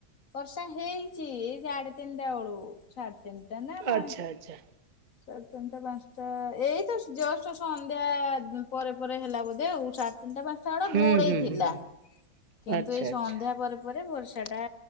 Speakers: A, on the left; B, on the right.
A: ବର୍ଷା ହେଇଛି ଏଇ ସାଢେ ତିନିଟା ବେଳୁ ସାଢେ ତିନିଟା ନା ପା
B: ଆଚ୍ଛା ଆଚ୍ଛା।
A: ସାଢ଼େ ତିନିଟା ପାଞ୍ଚଟା ଏଇତ ଜଷ୍ଟ ସନ୍ଧ୍ୟା ପରେ ପରେ ହେଲା ବୋଧେ ଆଉ ସାଡେ ତିନିଟା ପାଞ୍ଚଟା ବେଳେ
B: ହୁଁ
A: ଘୋଡେଇ
B: ହୁଁ
A: ଥିଲା।
B: ହୁଁ
A: କିନ୍ତୁ
B: ଆଚ୍ଛା
A: ଏଇ ସନ୍ଧ୍ୟା
B: ଆଚ୍ଛା
A: ପରେ ପରେ ବର୍ଷାଟା